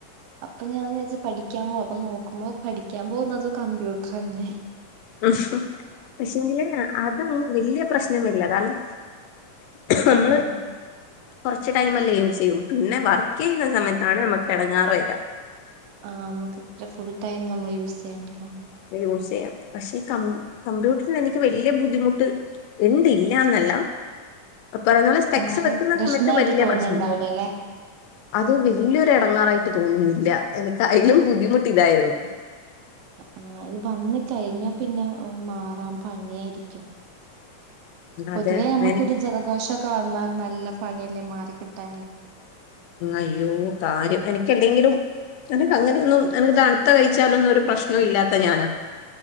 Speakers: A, on the right (about 80°); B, on the left (about 80°).
A: അപ്പൊ ഞാൻ വിചാച്ച് പഠിക്കാൻ പോവാ അപ്പൊ നോക്കുമ്പോ പഠിക്കാൻ പോകുന്നത് കമ്പ്യൂട്ടർ തന്നെ
B: ഉം പക്ഷെങ്കിൽ അത് വലിയ പ്രശ്നം വരില്ല കാരണം
A: ആ
B: നമ്മള്
A: <inaudible>
B: കുറച്ച് ടൈമല്ലേ യൂസ് ചെയ്യു പിന്നെ വർക്ക് ചെയ്യുന്ന സമയത്താണ് നമ്മുക്ക് ഇടങ്ങാറ് വരാ
A: ആ നമുക് ഇത്ര ഫുൾ ടൈം നമ്മൾ യൂസ് ചെയ്യണ്ടല്ലോ
B: യൂസ് ചെയ്യാം പക്ഷെ കം കമ്പ്യൂട്ടറിൽ എനിക്ക് വലിയ ബുദ്ധിമുട്ട് ഉണ്ട് ഇല്ലാന്നല്ല പറയുന്ന പോലെ സ്പെക്സ്
A: എന്നാലും
B: വെക്കുന്ന
A: പ്രശ്നായിട്ട്
B: സമയത്ത് വലിയ
A: തോന്നുന്നുണ്ടാവില്ല
B: പ്രശ്ന
A: അല്ലെ
B: അത് വലിയൊരു ഇടങ്ങാറായി തോന്നുന്നില്ല എനിക്ക് അതിലും ബുദ്ധിമുട്ട് ഇതായിരുന്നു
A: ആ അത് വന്ന് കഴിഞ്ഞാ പിന്നെ മാറാ പണിയായിരിക്കും പൊതുവേ
B: അതെ
A: നമ്മുക്കൊരു
B: എനിക്ക്
A: ജലദോഷൊക്കെ വന്നാൽ നല്ല പണിയല്ലേ മാറിക്കിട്ടാന്
B: അയ്യോ കാര്യം എനിക്ക് എന്തെങ്കിലും എനിക്ക് അങ്ങനെയൊന്നും എനിക്ക് തണുത്ത കഴിച്ചാലൊന്നും ഒരു പ്രശ്നം ഇല്ലാത്ത ഞാനാ